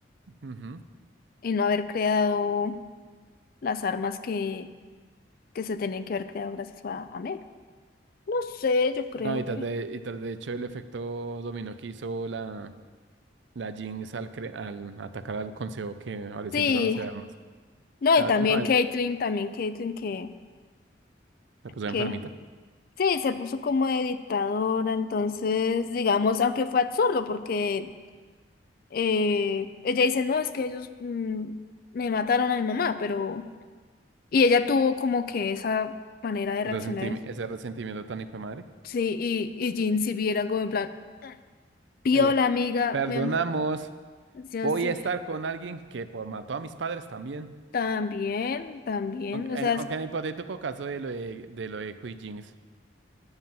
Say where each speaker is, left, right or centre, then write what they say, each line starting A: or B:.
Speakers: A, on the right; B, on the left.
A: Ujú.
B: Y no haber creado las armas que, que se tenían que haber creado gracias a, a Mel. No sé, yo creo
A: No, y tras
B: que...
A: de, y tras de hecho el efecto dominó que hizo la, la Jinx al, cre- al atacar al consejo que ahora sí
B: Sí,
A: empezaron a hacer armas.
B: No,
A: Ta-
B: y también
A: no, eh,
B: Caitlyn, también Caitlyn que,
A: la puso
B: que
A: enfermita.
B: sí, se puso como de dictadora, entonces, digamos, aunque fue absurdo, porque eh, ella dice, no, es que ellos mm, me mataron a mi mamá, pero... Y ella tuvo como que esa manera de reaccionar,
A: Resentim- ese resentimiento tan hijo de madre.
B: sí, y, y Jin si viera algo en plan, pío
A: Ella,
B: la amiga,
A: perdonamos.
B: me... ma-". Yo
A: Voy
B: sí,
A: a estar con alguien que pues, mató a mis padres también.
B: también, también,
A: Aunque
B: o
A: en,
B: sea,
A: aunque
B: es-
A: en el hipotético caso de lo de, de lo de Quick Jinx.